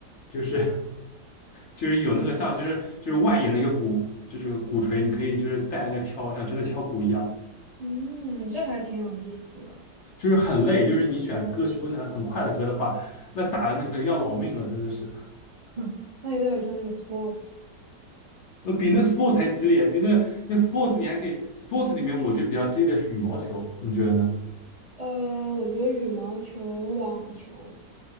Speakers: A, on the left (about 70°); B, on the right (about 35°).
A: 就是就是有那个像就是就是外延的一个鼓，就是鼓槌，你可以就是带那个敲，像真的敲鼓一样。
B: 嗯，这还挺有意思的，
A: 就是很累，就是你选歌曲，如果选的很快的歌的话，那打的那可要老命了，真的是，
B: <laughs> 那有点像那个 sports。
A: 呃，比那 sports 还激烈，比那那 sports 你还可以，sports 里面我觉得比较激烈的是羽毛球，你觉得呢？
B: 呃，我觉得羽毛球、网球。